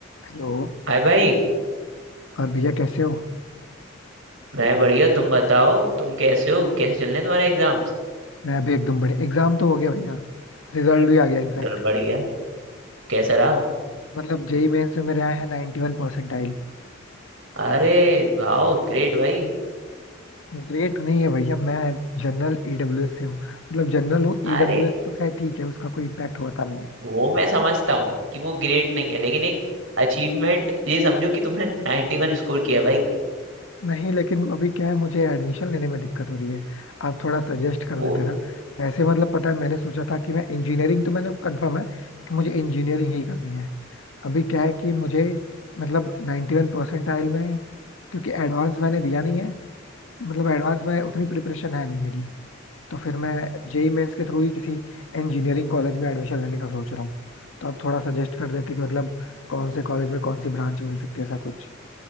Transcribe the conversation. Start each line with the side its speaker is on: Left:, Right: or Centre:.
Left: Hello
Right: हाय भाई
Left: और भैया कैसे हो
Right: मैं बढ़िया तुम बताओ तुम कैसे हो कैसे चल रहे हैं तुम्हारे एग्जाम्स
Left: मैं अभी एकदम बढ़िया एग्जाम तो हो गया भैया रिजल्ट भी आ गया इनफैक्ट
Right: चलो बढ़िया कैसा रहा
Left: मतलब जेई मेन से मेरे आए हैं 91 परसेंटाइल
Right: अरे वाह ग्रेट भाई
Left: ग्रेट नहीं है भैया मैं जनरल ईडब्ल्यूएस से हूँ मतलब जनरल हूँ
Right: अरे
Left: ईडब्ल्यूएस तो खैर ठीक है उसका कोई इम्पैक्ट होता नहीं है
Right: वो मैं समझता हूँ कि वो ग्रेट नहीं है लेकिन एक अचीवमेंट ये समझो कि तुमने 91 स्कोर किया भाई
Left: नहीं लेकिन अभी क्या है मुझे एडमिशन लेने में दिक्कत हो रही है आप थोड़ा सजेस्ट कर
Right: वो
Left: देते
Right: तो
Left: ना वैसे मतलब पता है मैंने सोचा था कि मैं इंजीनियरिंग तो मैंने कंफर्म है कि मुझे इंजीनियरिंग ही करनी है अभी क्या है कि मुझे मतलब 91 परसेंटाइल में क्योंकि एडवांस मैंने दिया नहीं है मतलब एडवांस में उतनी प्रिपरेशन है नहीं मेरी तो फिर मैं जेई मेंस के थ्रू ही किसी इंजीनियरिंग कॉलेज में एडमिशन लेने का सोच रहा हूँ तो आप थोड़ा सजेस्ट कर देते कि मतलब कौन से कॉलेज में कौन सी ब्रांच मिल सकती है ऐसा कुछ